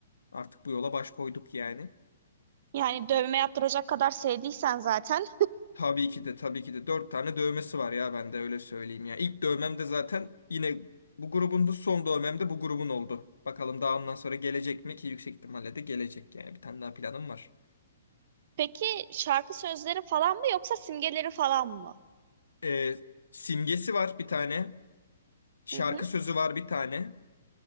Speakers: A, on the left; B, on the right.
A: artık bu yola baş koyduk yani.
B: Yani dövme yaptıracak kadar sevdiysen zaten.
A: Tabii ki de tabii ki de 4 tane dövmesi var ya ben de öyle söyleyeyim ya. İlk dövmem de zaten yine bu grubun da son dövmem de bu grubun oldu. Bakalım daha ondan sonra gelecek mi ki yüksek ihtimalle de gelecek yani. Bir tane daha planım var.
B: Peki şarkı sözleri falan mı yoksa simgeleri falan mı?
A: Ee, simgesi var bir tane. Şarkı
B: Hı hı,
A: sözü var bir tane.